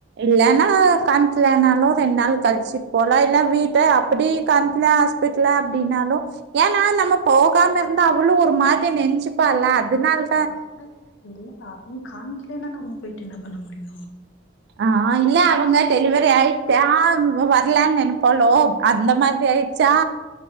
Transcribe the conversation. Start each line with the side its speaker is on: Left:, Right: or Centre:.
Right: இல்லன்னா காம்க்கிலனாலு ரெண் நாள் கழிச்சி போலா இல்ல வீட்ட அப்டி காமிக்ல ஆஸ் பிட்ல அப்டின்னாலு ஏனா நம்ம போகாம இருந்தா அவ்ளு ஒரு மாரி நென்ச்சுப்பால அதுனால்
Left: அது இல்ல அவுங் காமிக்லன்னா நம்ம போய்ட்டு என்ன பண்ண முடியு
Right: ஆ இல்ல அவுங்க டெலிவரி ஆயிட்ட வர்லன் நென்ப்பாலோ அந்த மாரி ஆய்ர்ச்சா